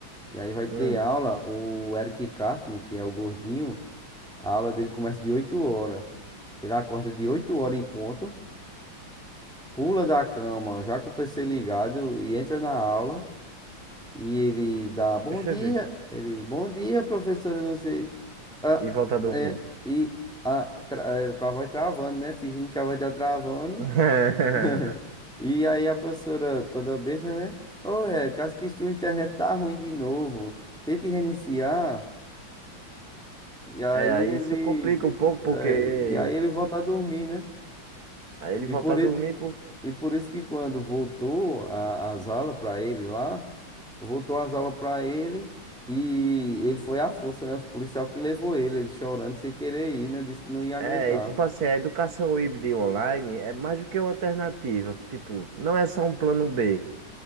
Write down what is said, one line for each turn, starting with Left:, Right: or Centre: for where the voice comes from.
Centre: E aí vai ter
Right: Hum,
Centre: aula, o Eric Cartman, que é o gordinho, a aula dele começa de 8 horas. Ele acorda de 8 horas em ponto. pula da cama, já com o PC ligado, e entra na aula. E ele dá bom
Right: deixa
Centre: dia.
Right: eu ver.
Centre: Ele, bom dia, professora, não sei. Ah,
Right: E voltar a dormir.
Centre: é, e ah, tra- é, com a voz travando, né? Fingindo que a voz tá travando.
Right: <laughs>
Centre: <laughs> E aí a professora toda besta, né? Ô, é, caso que sua internet tá ruim de novo. Tente reiniciar. E aí
Right: É, aí
Centre: ele.
Right: isso complica um pouco,
Centre: é,
Right: porque
Centre: e aí ele volta a dormir, né?
Right: aí ele
Centre: E
Right: voltar
Centre: por,
Right: a dormir,
Centre: i- E por isso que quando voltou a- as aulas para ele lá, voltou as aulas para ele e ele foi à força, né? Os policial que levou ele, ele chorando sem querer ir, né? Disse que não ia aguentar.
Right: É, e tipo assim, a educação híbrida e online é mais do que uma alternativa. Tipo, não é só um plano B.